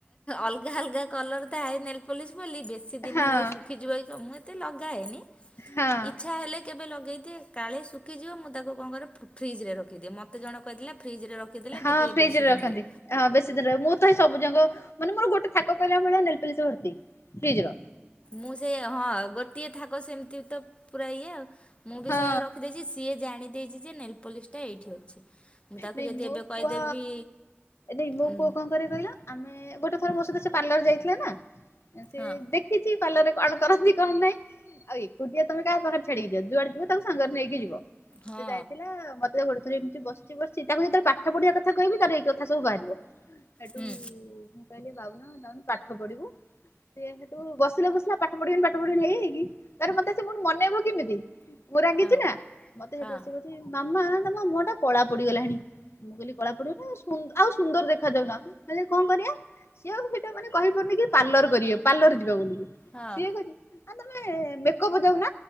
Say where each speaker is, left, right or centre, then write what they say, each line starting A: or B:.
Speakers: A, on the left; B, on the left.
A: ଅଲଗା ଅଲଗା କଲର୍ ଥାଏ ନେଲ୍ ପଲିସ୍ ବୋଲି ବେଶୀ ଦିନି
B: ହଁ
A: ହେଲେ ଶୁଖିଯିବ ମୁଊ ଏତେ ଲଗାଏନି
B: ହଁ
A: ଇଚ୍ଛା ହେଲେ କେବେ ଲଗେଇଦିଏ କାଳେ ଶୁଖିଯିବ ମୁଁ ତାକୁ କଣ କରେ ଫ ଫ୍ରିଜରେ ରଖିଦିଏ ମୋତେ ଜଣେ କହିଥିଲା ଫ୍ରିଜରେ ରଖିଦେଲେ
B: ହଁ
A: ଟିକେ
B: ଫ୍ରିଜ
A: ବେଶୀ
B: ରେ ରଖନ୍ତି
A: ଦିନ ରୁହେ।
B: ହଁ ବେଶୀ ଦିନ ରହିବ ମୁଁ ତ ହେଇ ସବୁ ଯାକ ମାନେ ମୋର ଗୋଟେ ଥାକ କହିଲା ଭଳିଆ ନେଲ୍ପଲିସ ଭର୍ତ୍ତି। ଫ୍ରିଜ ର
A: ମୁଁ ସେ ହଁ ଗୋଟିଏ ଥାକ ସେମିତି ତ ପୁରା ଇଏ ଆଉ ମୁଁ ବି
B: ହଁ
A: ସେଇଆ ରଖିଦେଇଛି ସିଏ ଜାଣି ଦେଇଛି ଯେ ନେଲ୍ପଲିସ୍ ଟା ଏଇଠି ଅଛି। ମୁଁ ତାକୁ
B: ନାଇଁ
A: ଯଦି
B: ମୋ
A: ଏବେ କହିଦେବି
B: ପୁଅ ଏ ମୋ
A: ଉଁ
B: ପୁଅ କଣ କରେ କହିଲ ଆମେ ଗୋଟେ ଥର ପାର୍ଲର୍ ଯାଇଥିଲେ ନା ସେ
A: ହଁ
B: ଦେଖିଛି ପାର୍ଲରରେ କଣ କରନ୍ତି କଣ ନାଇଁ ଆଉ ଏକୁଟିଆ ତମେ କାହା ପାଖରେ ଛାଡିକି ଯିବ ଯୁଆଡେ ଯିବ ତାଙ୍କୁ ସାଙ୍ଗରେ ନେଇକି ଯିବ।
A: ହଁ
B: ସେ ଯାଇଥିଲା ମତେ ଗୋଟେ ଥରେ ଏମିତି ବସି ବସିଛି ତାକୁ ଯେତେବେଳେ ପାଠ ପଢିବା କଥା କହିବି ତ ଏଇ କଥା ସବୁ ବାହାରିବ। ହେଠୁ
A: ହୁଁ
B: ମୁଁ କହିଲି ବାବୁନୁ ଯାଉନୁ ପାଠ ପଢିବୁ। ସେ ସେଠୁ ବସିଲା ବସିଲା ପାଠ ପଢିବିନି ପାଠ ପଢିବିନି ହେଇ ହେଇକି ତାପରେ ମତେ ଆସିକି ମନେଇବ କେମିତି? ମୁଁ ରାଗିଛି
A: ହଁ
B: ନା ମତେ ସେଠୁ
A: ହଁ
B: ଆସିକି କହୁଛି ମାମା ତମ ମୁହଁ ଟା କଳା ପଡିଗଲାଣି। ମୁଁ କହିଲି କଳା ପଡିବ ନା ସୁନ୍ଦର ଆଉ ସୁନ୍ଦର ଦେଖା ଯାଉନା ହେଲେ କଣ କରିବା? ସିଏ ଆଉ ସେଟା ମାନେ କହିପାରୁନି କି ପାର୍ଲର କରିବେ ପାର୍ଲର ଯିବା ବୋଲି
A: ହଁ
B: ସିଏ କହୁଚି ଆ ତମେ ମେକଅପ ଦୌ ନ।